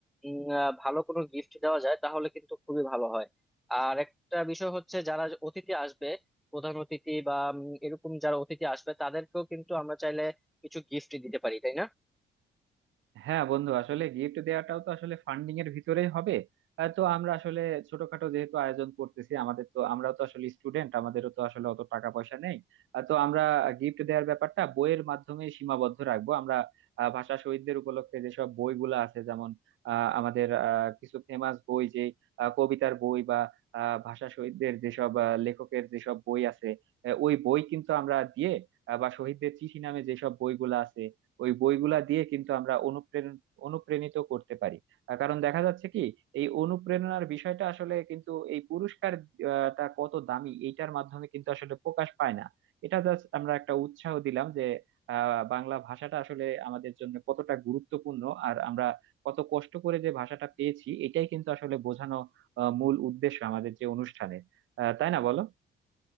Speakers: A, in the centre; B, on the right (about 75°).
A: উম, আহ, ভালো কোনো গিফট দেওয়া যায় তাহলে কিন্তু খুবই ভালো হয় আর একটা বিষয় হচ্ছে যারা যে অতিথি আসবে প্রধান অতিথি বা উম, এরকম যারা অতিথি আসবে তাদেরকেও কিন্তু আমরা চাইলে কিছু গিফট দিতে পারি তাই না
B: হ্যাঁ বন্ধু আসলে গিফট দেওয়াটাও তো আসলে ফান্ডিং এর ভিতরেই হবে আহ, তো আমরা আসলে ছোটখাটো যেহেতু আয়োজন করতেছি আমাদের তো আমরাও তো আসলে স্টুডেন্ট আমাদেরও তো আসলে অত টাকা পয়সা নেই আহ, তো আমরা গিফট দেওয়ার ব্যাপারটা বইয়ের মাধ্যমে সীমাবদ্ধ রাখবো আমরা আহ, ভাষা শহীদদের উপলক্ষে যেসব বইগুলো আছে যেমন আহ, আমাদের আহ, কিছু ফেমাস বই যে আহ, কবিতার বই বা আহ, ভাষা শহীদদের যেসব আহ, লেখকের যেসব বই আছে আহ, ওই বই কিন্তু আমরা দিয়ে আহ, বা শহীদদের চিঠি নামে যেসব বইগুলো আছে ওই বইগুলা দিয়ে কিন্তু আমরা অনুপ্রেরণ অনুপ্রাণিত করতে পারি আহ, কারণ দেখা যাচ্ছে কি এই অনুপ্রেরণার বিষয়টা আসলে কিন্তু এই পুরস্কার আহ, টা কত দামি এইটার মাধ্যমে কিন্তু আসলে প্রকাশ পায় না এটা জাস্ট আমরা একটা উৎসাহ দিলাম যে আহ বাংলা ভাষাটা আসলে আমাদের জন্য কতটা গুরুত্বপূর্ণ আর আমরা কত কষ্ট করে যে ভাষাটা পেয়েছি এটাই কিন্তু আসলে বোঝানো আহ, মূল উদ্দেশ্য আমাদের যে অনুষ্ঠানে আহ, তাই না বলো